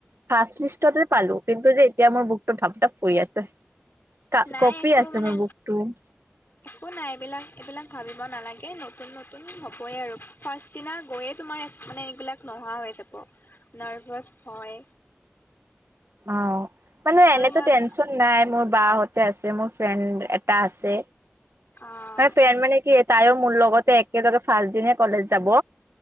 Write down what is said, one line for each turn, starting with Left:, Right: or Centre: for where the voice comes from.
Right: ফাৰ্ষ্ট লিষ্টতে পালো। কিন্তু যে এতিয়া মোৰ বুকটো ঢপ ঢপ কৰি আছে, কা
Left: নাই
Right: কপি
Left: একো
Right: আছে
Left: মানে
Right: মোৰ বুকুটো।
Left: একো নাই এইবিলাক এইবিলাক ভাবিব নালাগে নতুন নতুন হ'বই আৰু ফাৰ্ষ্ট দিনা গৈয়ে তোমাৰ মানে এইবিলাক নোহোৱা হৈ যাব নাৰ্ভাচ, ভয়।
Right: অঁ, মানে এনেতো
Left: তোমাক
Right: টেনচন নাই মোৰ বা‌ হ‍ঁতে আছে। ফ্ৰেণ্ড এটা আছে,
Left: অ',
Right: মানে ফ্ৰেণ্ড মানে কি তাইও মোৰ লগতে একেলগে ফাৰ্ষ্ট দিন কলেজ যাব।